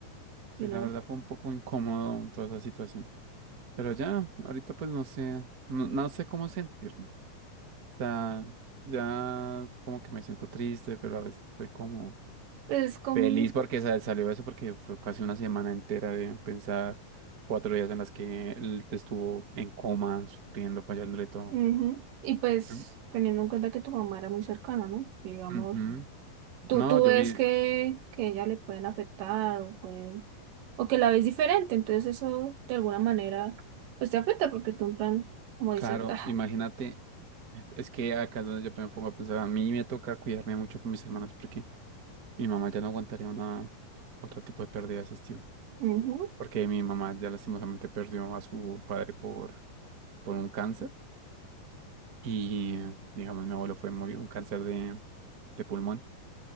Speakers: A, on the right; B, on the right.
A: sí,
B: you know.
A: la verdad fue un poco incómodo toda esa situación. Pero ya, ahorita pues no sé, no, no sé cómo sentirme. O sea, ya como que me siento triste, pero a veces estoy como
B: Es como,
A: feliz porque sa- salió eso, porque fue casi una semana entera de pensar, cuatro días en las que él estuvo en coma, sufriendo, fallándole todo.
B: ujú, Y pues
A: Mm.
B: teniendo en cuenta que tu mamá era muy cercana, ¿no? Digamos.
A: Ujú. No,
B: tú, tú
A: yo
B: ves
A: vi,
B: que, que ella le pueden afectar o, pueden- o que la ves diferente, entonces eso de alguna manera pues te afecta porque tú en plan, como
A: Claro,
B: dices, ah,
A: imagínate, es que acá es donde yo me pongo a pensar, a mí me toca cuidarme mucho con mis hermanos porque mi mamá ya no aguantaría una otro tipo de pérdida de ese estilo,
B: ujú,
A: porque mi mamá ya lastimosamente perdió a su padre por, por un cáncer y digamos mi abuelo fue murió un cáncer de, de pulmón